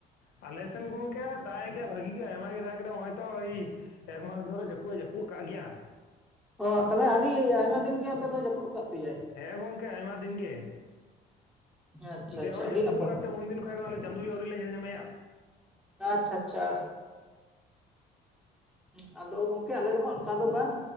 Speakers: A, on the left; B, in the centre.
A: ᱟᱞᱮ ᱥᱮᱱ ᱜᱚᱝᱠᱮ ᱫᱟᱜ ᱮᱜ ᱜᱮᱭᱟ ᱵᱷᱟᱜᱤ ᱜᱮ ᱟᱭᱢᱟ ᱜᱮ ᱫᱟᱜ ᱠᱮᱫᱟ ᱚᱜᱼᱚᱭ ᱛᱚ ᱮᱭ ᱮᱠᱢᱟᱥ ᱫᱷᱚᱨᱮ ᱡᱟᱹᱯᱩᱜ ᱮ ᱡᱟᱹᱯᱩᱜ ᱠᱟᱜ ᱜᱮᱭᱟ᱾
B: ᱚ ᱛᱟᱞᱮ ᱟᱹᱰᱤ ᱟᱭᱢᱟ ᱫᱤᱱ ᱜᱮ ᱟᱯᱮ ᱫᱚ ᱡᱟᱹᱯᱩᱫ ᱠᱟᱜ ᱯᱮᱭᱟᱭ᱾
A: ᱦᱮᱸ ᱜᱚᱝᱠᱮ ᱟᱭᱢᱟ ᱫᱤᱱ ᱜᱮ
B: ᱟᱪᱪᱷᱟ
A: ᱫᱮ
B: ᱟᱪᱪᱷᱟ
A: ᱦᱚᱸᱭ
B: ᱟᱹᱰᱤ
A: ᱡᱟᱹᱯᱩᱜ
B: ᱱᱟᱯᱟᱭ
A: ᱠᱟᱜ ᱛᱮ ᱩᱱᱫᱤᱱ ᱠᱷᱚ <unintelligible> ᱟᱞᱮ ᱪᱟᱸᱫᱩ ᱜᱮ ᱟᱹᱣᱨᱤ ᱞᱮ ᱧᱮᱞ ᱧᱟᱢᱮᱭᱟ᱾
B: ᱟᱪᱪᱷᱟ ᱟᱪᱪᱷᱟ᱾ ᱦᱩᱸ ᱟᱫᱚ ᱜᱚᱝᱠᱮ ᱟᱞᱮ ᱫᱚ ᱦᱟᱸᱜ ᱚᱱᱠᱟ ᱫᱚ ᱵᱟᱝ